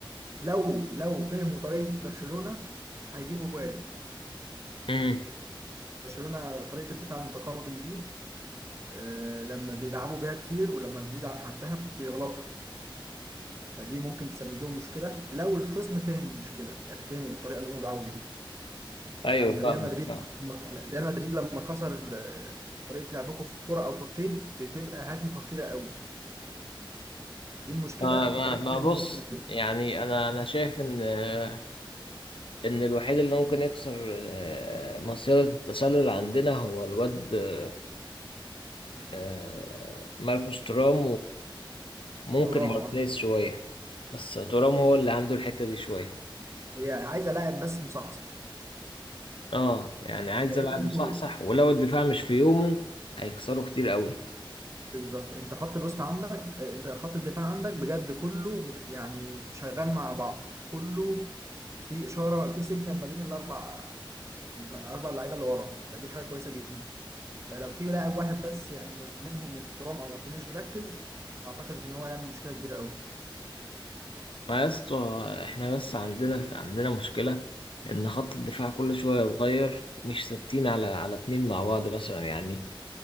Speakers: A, on the right (about 35°); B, on the left (about 75°).
A: لو لو فهموا طريقه برشلونه هيجيبوا جوان
B: امم
A: برشلونه طريقه الدفاع المتقدم دي آه، لما بيلعبوا بيها كتير ولما بتزيد عن حدها بيغلطوا فدي ممكن تسبب لهم مشكله لو الخصم فهم المشكله يعني فهم الطريقه اللي هم بيلعبوا بيها
B: ايوه
A: يعني
B: فاهمك
A: ريال مدريد
B: فاهم
A: ريال مدريد لما كسر آه، طريقه لعبكم في كره او كورتين بتبقى هجمه خطيره قوي دي المشكله
B: ما ما
A: في طريقه
B: ما
A: لعب
B: بص
A: برشلونه
B: يعني انا انا شايف ان آه، ان الوحيد اللي ممكن يكسر آه، مصيدة التسلل عندنا هو الواد آه، آه، ماركوس تورام وممكن
A: ترام
B: مارتينيز
A: اه
B: شوية بس تورام هو اللي عنده الحتة دي شوية
A: هي عايزه لاعب بس مصحصح
B: اه يعني عايز
A: لان
B: يلعب
A: انتوا
B: صح صح ولو الدفاع مش في يومه هيكسروا كتير قوي
A: بالظبط انت خط الوسط عندك آه، انت خط الدفاع عندك بجد كله يعني شغال مع بعض كله في اشاره في سيجنال ما بين الاربع اربع لعيبه اللي ورا فدي حاجه كويسه جدا فلو في لاعب واحد بس يعني من منهم من ترام او مارتينيز مركز اعتقد ان هو هيعمل مشكله كبيره قوي
B: ما يا اسطى احنا بس عندنا عندنا مشكلة ان خط الدفاع كل شوية يتغير ومش ثابتين على على اتنين مع بعض مثلا يعني